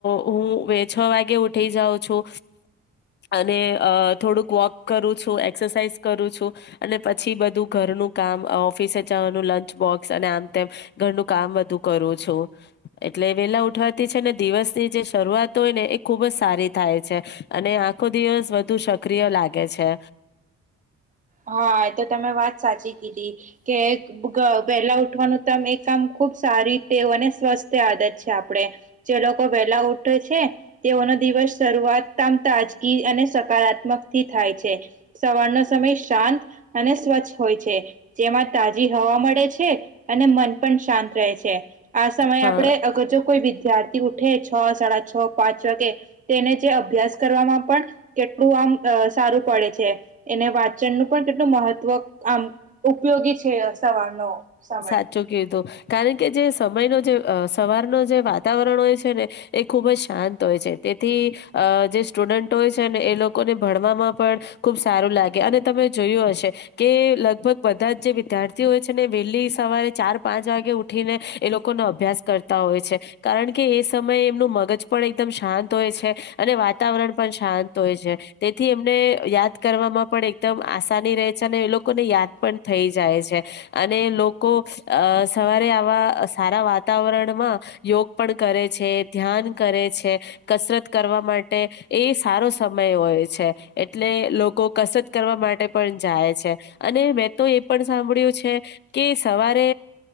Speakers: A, on the left; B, on the right.
A: હું બે છ વાગે ઉઠી જાઉં છો અને અ થોડુંક વોક કરું છું એસરસાઝ કરું છું અને પછી બધું ઘરનું કામ અ ઓફિસે જવાનું લંચ આમ તેમ ઘરનું કામ બધું કરું છો એટલે વેલા ઉઠવાતી છે ને દિવસ ની જે શરૂઆત હોય ને એ ખુબ જ સારી થાય છે અને આખો દિવસ બ વધુ સક્રિય લાગે છે.
B: હા એ તો તમે વાત સાચી કીધી કે ક વહેલા ઉઠવાનું તમ એ કામ ખુબ સારીતે અને સ્વસ્થ આદત છે આપણે જે લોકો વ પેલા ઉઠે છે તેઓનો દિવસ શરૂઆતમ તાજગી અને સકારાત્મક થી થાય છે. સવાર નો સમય શાંત અને સ્વચ્છ હોય છે જેમાં તાજી હવા મળે છે અને મન પણ શાંત રહે છે આ સમયે
A: હા.
B: આપડે અગર જો કોઈ વિ વિઘાથી ઉઠે છ સાડા છ પાંચ વાગે તેને જે અભ્યાસ કરવામાં પણ કે આપડું આમ અ સારું પડે છે એને વાચનનું પણ કેટલું મહત્વ આમ ઉપયોગી છે સવારનો સમય
A: સાચું કીધું કારણ કે જે સમયનો જેઅ સવાર ન જે વાતાવરણ હોય છે ને એ ખુબ જ શાંત હોય છે... તેથી અ જે સ્ટુડન્ટ હોય છે ને એ લોકોને ભણવામાં પણ ખૂબ સારું લાગે અને તમે જોયું હશે કે લગભગ બધા જ જે વિદ્યાર્થીઓ હોય છે ને વહેલી સવારે ચાર પાંચ વાગે ઉઠીને એ લોકોનો અભ્યાસ કરતા હોય છે કારણ કે એ સમય ટે એમનું મગજ પણ એકદમ શાંત હોય છે અને વાતાવરણ પણ શાંત હોય છે તેથી એમને યાદ કરવામાં પણ એકદમ આસાની રેહ છે ને એ લોકોને યાદ પણ થઈ જાય છે. અને લોકો અ સવારે આવા સારા વાતાવરણમાં યોગ પણ કરે છે, ધ્યાન કરે છે, કસરત કરવા માટે એ સારો સમય હોય છે. એટલે લોકો કસરત કરવા માટે પણ જાય છે અને મેં તો એ પણ સાંભળ્યું છે. કે સવારે